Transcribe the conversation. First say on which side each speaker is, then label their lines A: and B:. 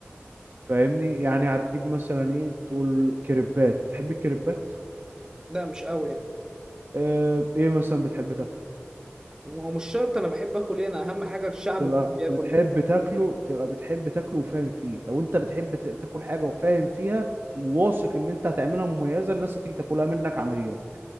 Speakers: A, on the right; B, on the right.
A: فاهمني يعني هتجيب مثلا ايه تقول كريبات بتحب الكريبات
B: لا مش قوي يعني
A: آه، ايه مثلا بتحب تاكل
B: هو مش شرط انا بحب اكل ايه انا اهم حاجه الشعب
A: تبقى
B: بيحب ياكل
A: بتحب
B: ايه
A: تاكله تبقى بتحب تاكله وفاهم فيه لو انت بتحب ت- تاكل حاجه وفاهم فيها وواثق ان انت هتعملها مميزه الناس هتيجي تاكلها منك عن غيرك